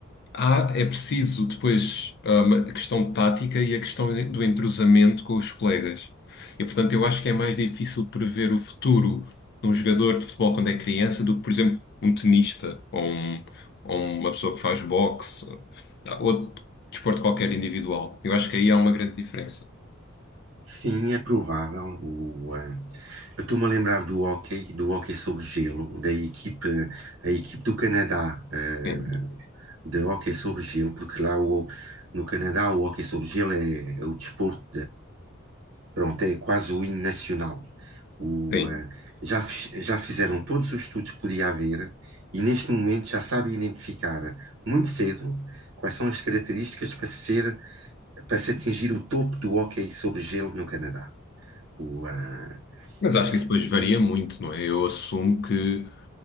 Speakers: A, on the left; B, on the right.
A: Há, é preciso depois hum, a questão tática e a questão do entrosamento com os colegas. E, portanto, eu acho que é mais difícil prever o futuro de um jogador de futebol quando é criança do que, por exemplo, um tenista ou, um- ou uma pessoa que faz boxe ah, ou desporto qualquer individual. Eu acho que aí há uma grande diferença.
B: sim, é provável. O, ah, eu estou-me a lembrar do hóquei, do hóquei sobre gelo, da equipe, a equipe do Canadá, ah,
A: Sim,
B: de hóquei sobre gelo, porque lá o, no Canadá o hóquei sobre gelo é, é o desporto, Pronto, é quase o hino nacional. O,
A: sim.
B: eh, já, fi- já fizeram todos os estudos que podia haver e neste momento já sabem identificar muito cedo quais são as características para ser, para se atingir o topo do hóquei sobre gelo no Canadá. O, eh,
A: Mas acho
B: e-
A: que isso depois varia muito, não é? Eu assumo que.